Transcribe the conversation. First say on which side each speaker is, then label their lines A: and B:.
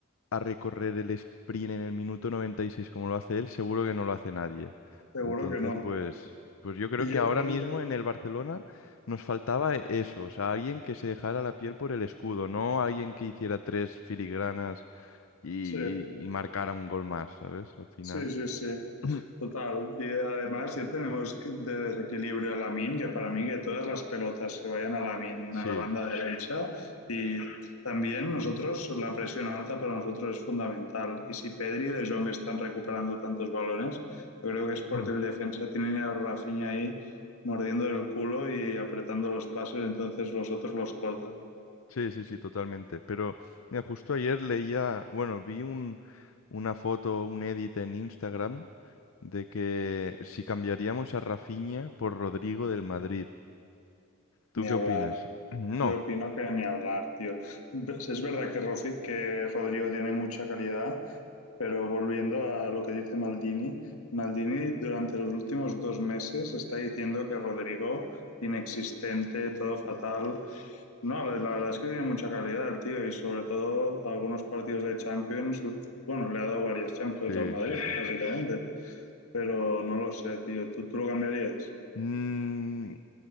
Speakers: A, on the left (about 70°); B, on the left (about 85°).
A: a recorrer el sprint en el minuto 96 como lo hace él, seguro que no lo hace nadie.
B: Seguro
A: Entonces,
B: que no.
A: pues, pues yo creo
B: Y
A: que
B: yo
A: ahora
B: creo
A: mismo
B: que
A: en el Barcelona nos faltaba e- eso, o sea, alguien que se dejara la piel por el escudo, no alguien que hiciera tres filigranas y,
B: sí.
A: y marcara un gol más, ¿sabes? Al final,
B: Sí, sí, sí,
A: <clears throat>
B: total. Y además ya tenemos que- de desequilibrio a Lamin, que para mí que todas las pelotas se vayan a Lamin,
A: sí.
B: a la banda derecha. Y también nosotros, la presión alta para nosotros es fundamental. Y si Pedri y De Jong están recuperando tantos balones, yo creo que es porque
A: Mm.
B: el defensa tiene a Rafinha ahí mordiendo el culo y apretando los pases, entonces los otros los cortan.
A: Sí, sí, sí, totalmente. Pero mira, justo ayer leía, bueno, vi un, una foto, un edit en Instagram de que si cambiaríamos a Rafinha por Rodrigo del Madrid. ¿Tú
B: Ni
A: qué
B: hablar.
A: opinas? <clears throat> No,
B: Yo opino que ni hablar, tío. Es verdad que, Rofi- que Rodrigo tiene mucha calidad Pero volviendo a lo que dice Maldini, Maldini durante los últimos dos meses está diciendo que Rodrigo, inexistente, todo fatal. No, la, la verdad es que tiene mucha calidad el tío y sobre todo algunos partidos de Champions, bueno, le ha dado varias Champions
A: sí,
B: al Madrid,
A: sí, sí.
B: básicamente. Pero no lo sé, tío, ¿tú, tú lo cambiarías?
A: Mm,